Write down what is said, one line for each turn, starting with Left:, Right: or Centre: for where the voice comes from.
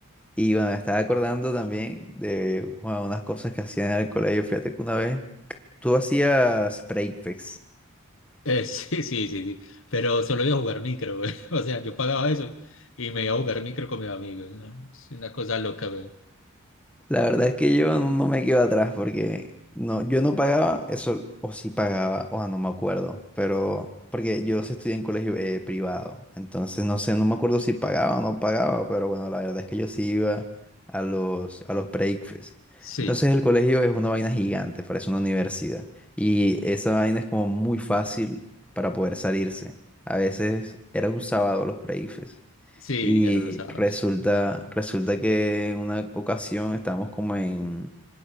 Centre: Y bueno, me estaba acordando también de bueno, unas cosas que hacían en el colegio. Fíjate que una vez tú hacías breakfast.
Left: Eh, <laughs> sí, sí, sí, sí, pero solo iba a jugar micro, güey. <laughs> O sea, yo pagaba eso y me iba a jugar micro con mis amigos, ¿no? Es una cosa loca, güey.
Centre: La verdad es que yo no no me quedo atrás porque no, yo no pagaba eso, o sí pagaba, o sea, no me acuerdo, pero porque yo sí estudié en colegio eh, privado, entonces no sé, no me acuerdo si pagaba o no pagaba, pero bueno, la verdad es que yo sí iba a los, a los pre-ICFES.
Left: Sí,
Centre: Entonces el colegio es una vaina gigante, parece una universidad, y esa vaina es como muy fácil para poder salirse. A veces era un sábado los pre-ICFES.
Left: sí,
Centre: Y
Left: eran los sábados.
Centre: resulta, resulta que en una ocasión estábamos como en